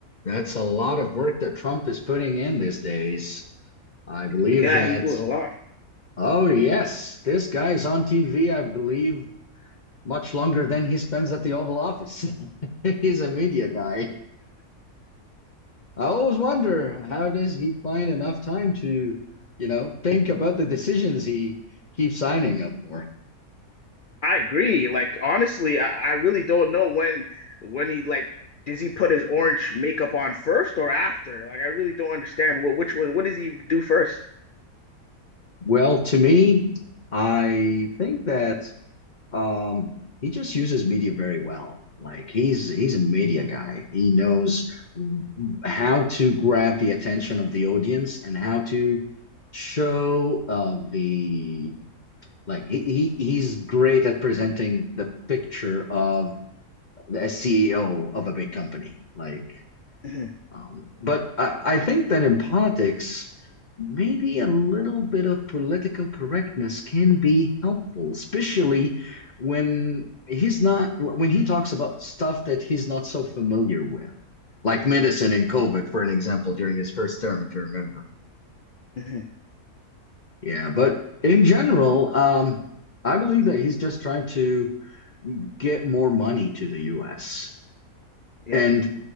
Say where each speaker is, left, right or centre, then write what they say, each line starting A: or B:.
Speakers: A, on the left (about 40°); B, on the left (about 75°).
A: That's a lot of work that Trump is putting in these days. I believe
B: Yeah,
A: that,
B: he's doing a lot.
A: oh, yes, this guy's on TV, I believe, much longer than he spends at the Oval Office. <laughs> He's a media guy. I always wonder how does he find enough time to, you know, think about the decisions he keeps signing up for?
B: I agree. Like honestly, I, I really don't know when when he like does he put his orange makeup on first or after? Like I really don't understand what which one what does he do 1st
A: Well, to me, I think that Um, he just uses media very well. Like he's he's a media guy. He knows how to grab the attention of the audience and how to show uh, the like he, he he's great at presenting the picture of a CEO of a big company. Like
B: hmm
A: um, but I, I think that in politics, maybe a little bit of political correctness can be helpful, especially when he's not, when he talks about stuff that he's not so familiar with, like
B: hmm
A: medicine and COVID, for an example, during his first term, if you remember.
B: hmm
A: Yeah, but in general, um, I believe that he's just trying to get more money to the US.
B: Yeah.
A: And